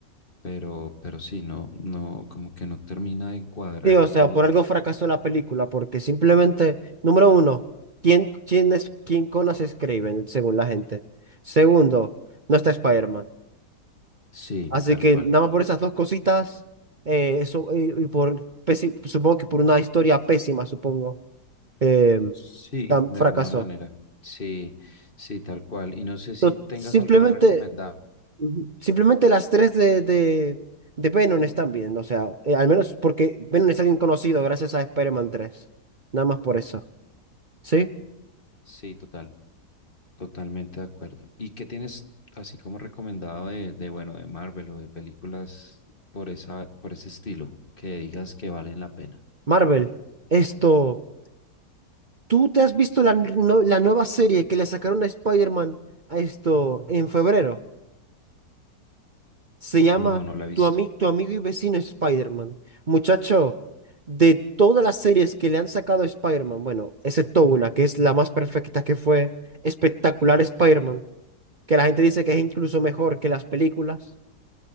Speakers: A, on the left; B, on the right.
A: pero, pero sí, no, no, como que no termina de encuadrar
B: Sí, o sea,
A: todo.
B: por algo fracasó la película, porque simplemente, número uno, ¿quién, quién es, quién conas escriben, según la gente? Segundo, no está Spider-Man.
A: Sí,
B: Así
A: tal
B: que
A: cual.
B: nada más por esas dos cositas, eh, eso, y, y por, pési- supongo que por una historia pésima, supongo, eh,
A: Sí,
B: tam-
A: de
B: fracasó.
A: alguna manera. Sí, sí, tal cual. Y no sé si
B: No,
A: tengas
B: simplemente,
A: alguna recomendada.
B: ujú, simplemente las tres de, de, de Venom están bien, o sea, eh, al menos porque Venom es alguien conocido gracias a Spider-Man 3. Nada más por eso, ¿sí?
A: Sí, total, totalmente de acuerdo. ¿Y qué tienes así como recomendado de, de bueno, de Marvel o de películas por esa, por ese estilo que digas que valen la pena?
B: Marvel, esto, ¿tú te has visto la, no- la nueva serie que le sacaron a Spider-Man a esto en febrero? Se llama
A: No, no la he
B: Tu,
A: visto.
B: ami- Tu amigo y vecino Spider-Man. Muchacho, de todas las series que le han sacado a Spider-Man, bueno, excepto una, que es la más perfecta, que fue Espectacular Spider-Man, que la gente dice que es incluso mejor que las películas.